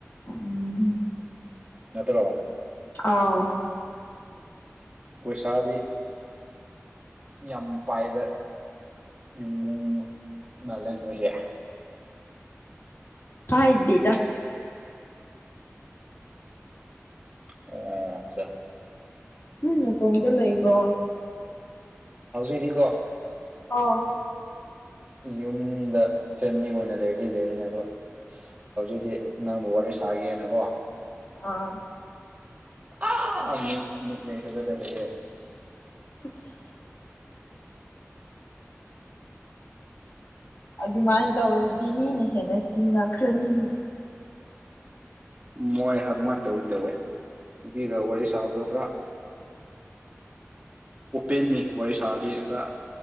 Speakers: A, on the left; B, on the right.
A: ꯎꯝ
B: ꯅꯠꯇꯔꯣ
A: ꯑꯥꯎ
B: ꯀꯣꯏꯁꯥꯗꯤ ꯌꯥꯝ ꯄꯥꯏꯗ ꯏꯌꯨꯃꯨꯡ ꯃꯥꯂꯦ ꯄꯣꯏꯁꯦ
A: ꯐꯥꯏꯗꯦꯗ
B: ꯑꯣ ꯑꯠꯆꯥ
A: ꯅꯣꯏ ꯅꯇꯣꯝꯗ ꯂꯩꯕ꯭ꯔꯣ
B: ꯍꯧꯖꯤꯛꯗꯤꯀꯣ
A: ꯑꯧ
B: ꯌꯨꯝꯗ ꯐꯦꯃ꯭ꯂꯤ ꯑꯣꯏꯅ ꯂꯩꯕꯗꯤ ꯂꯩꯔꯤꯅꯦ ꯑꯗꯣ ꯍꯧꯖꯤꯛꯇꯤ ꯅꯪꯕꯨ ꯋꯥꯔꯤ ꯁꯥꯒꯦꯅꯀꯣ
A: ꯑꯥ
B: ꯑꯥ ꯃꯤ ꯃꯤ ꯂꯩꯇꯕꯗ ꯂꯩꯌꯦ
A: ꯑꯁ ꯑꯗꯨꯃꯥꯏꯅ ꯇꯧꯔꯗꯤ ꯃꯤꯅ ꯍꯦꯟꯅ ꯆꯤꯡꯅꯈ꯭ꯔꯅꯤꯅꯦ
B: ꯃꯣꯏ ꯍ ꯑꯗꯨꯃꯥꯏꯟ ꯇꯧꯏ ꯇꯧꯋꯦ ꯅꯨꯄꯤꯒ ꯋꯥꯔꯤ ꯁꯥꯕꯗꯣ ꯈ꯭ꯔ ꯑꯣꯄꯦꯟꯅꯤ ꯋꯥꯔꯤ ꯁꯥꯔꯗꯤ ꯈ꯭ꯔ